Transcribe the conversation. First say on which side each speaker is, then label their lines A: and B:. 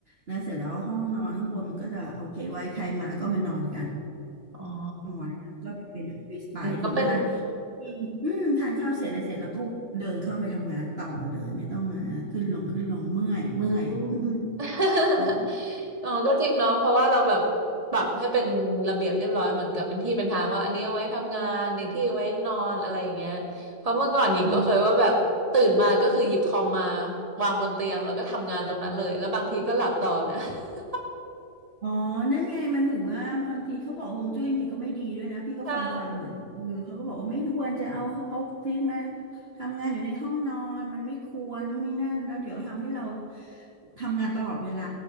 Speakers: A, on the right; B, on the right.
A: แล้วเสร็จแล้วห้องนอนข้างบนมันก็จะโอเคไว้ใครมาก็มานอนกัน
B: อ๋อ
A: ไว้ก็เป็นออฟฟิศไปถึงเวลา
B: อืมก็เป็น
A: มีอืมทานข้าวเสร็จอะไรเสร็จแล้วก็เดินเข้าไปทำงานต่อเลยไม่ต้องมาขึ้นลงขึ้นลงเมื่อยเมื่อยอืม
B: อืม <laughs>
A: แล้ว
B: อ๋อก็จริงเนาะเพราะว่าเราแบบปรับให้เป็นระเบียบเรียบร้อยเหมือนกับเป็นที่เป็นทางว่าอันนี้เอาไว้ทำงานอีกที่เอาไว้นอนอะไรอย่างเงี้ยเพราะเมื่อก่อนหญิงก็เคยว่าแบบตื่นมาก็คือหยิบคอมมา
A: ก็
B: วางบนเตียงแล้วก็ทำงานตรงนั้นเลยแล้วบางทีก็หลับต่อนะ <laughs>
A: อ๋อนั่นไงมันถึงว่าบางทีเขาบอกฮวงจุ้ยบางทีก็ไม่ดีด้วยนะพี่ก็ฟังฟังเหมือนเออเขาก็บอกว่าไม่ควรจะเอาเอาฟิตมา
B: ใช่
A: ทำงานอยู่ในห้องนอนมันไม่ควรนู่นนี่นั่นแล้วเดี๋ยวทำให้เราทำงานตลอดเวลา